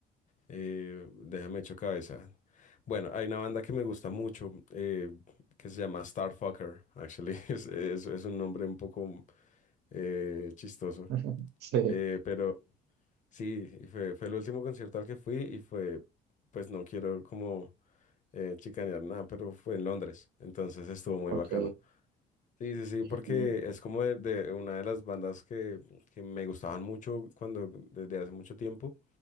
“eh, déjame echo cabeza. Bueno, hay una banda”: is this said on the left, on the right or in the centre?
Left